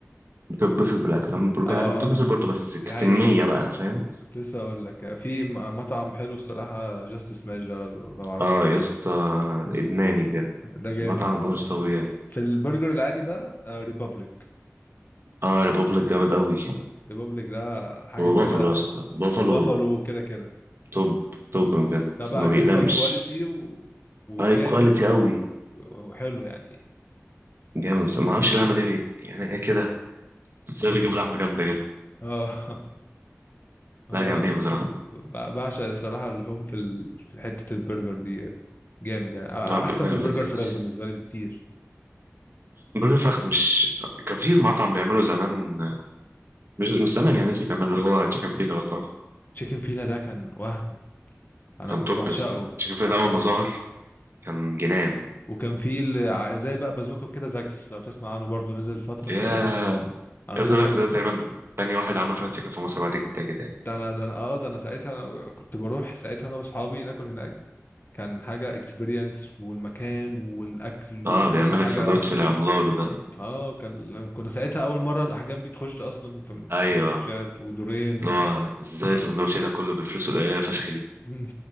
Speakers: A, on the right; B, on the left.
A: بتتبسط بالاكل اما البرجر
B: اه
A: عادي بتتبسط
B: اه آه.
A: برضه بس كميه
B: دي حقيقه
A: بقى فاهم
B: كنت لسه اقول لك في م- مطعم حلو الصراحه جاست سماش ده لو لو عارفه
A: اه يا اسطى انا ادماني بجد
B: ده جامد
A: المطعم ده مش طبيعي
B: في البرجر العادي بقى ريبابليك
A: اه ريبوبليك جامد قوي
B: ريبابليك ده حاجه
A: وبافلو
B: كده
A: يا اسطى بافلو
B: وبافالو وكده كده
A: توب توب بجد
B: ده بقى
A: ما بيقدمش
B: هاي كواليتي و... وجامد
A: هاي كواليتي قوي
B: وحلو يعني
A: جامد ما اعرفش اللحمه دي بي... يعني ايه كده ازاي بيجيبوا لحمه جامده كده
B: اه <laughs> انا
A: لا جامدين بصراحه
B: ب- بعشق الصراحه اللحوم في ال... في حته البرجر دي جامد يعني أ-
A: لا برجر
B: احسن من
A: لذيذ
B: برجر فراخ بالنسبه لي بكتير
A: برجر فراخ مش كان في مطعم بيعمله زمان مش مش زمان يعني لسه بيعمله اللي هو تشيكن فيلا لو تعرف
B: تشيكن فيلا ده كان وهم انا
A: كان
B: كنت
A: توب
B: بعشقه
A: يا اسطى تشيكن فيلا
B: بعشقه
A: ده اول ما ظهر كان جنان
B: وكان في ال- ع- زي بقى بازوكا كده زاكس لو تسمع عنه برضو نزل فتره
A: ياه
B: كده انا
A: يا اسطى
B: فاكر
A: ده ده تقريبا تاني واحد عمل فرايد تشيكن في مصر بعد كنتاكي تقريبا
B: ده انا ده انا اه ده انا ساعتها أنا كنت بروح ساعتها انا واصحابي ناكل هناك كان حاجه اكسبيرينس والمكان والاكل
A: اه
B: وكل
A: بيعمل
B: حاجه
A: لك سندوتش العملاق ده
B: اه كان كنا ساعتها اول مره الاحجام دي تخش اصلا في
A: ايوه
B: في سندوتشات ودورين
A: اللي هو ازاي السندوتش ده كله بالفلوس القليله فشخ دي
B: مم.